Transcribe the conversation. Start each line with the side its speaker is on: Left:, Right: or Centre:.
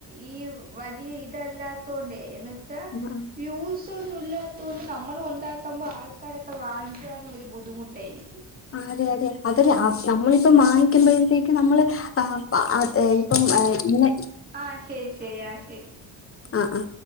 Right: ഈ വലിയ ഇതല്ലാത്തോണ്ടേ എന്നിട്ട്
Left: ഉം, ഉം.
Right: യൂസ ഒന്നല്ലാത്ത കൊണ്ട് നമ്മൾ ഉണ്ടാക്കുമ്പോ ആൾക്കാരൊക്കെ വാങ്ങാനും ഒരു ബുദ്ധിമുട്ട് ട്ടായിരിക്കും
Left: അതെ അതെ അതല്ല നമ്മളിപ്പം വാങ്ങിക്കുമ്പോഴത്തേക്ക്ും നമ്മൾ ഇപ്പം ഇ
Right: ആഹ ശരി ശരി ആ ശരി
Left: ആഹ ആ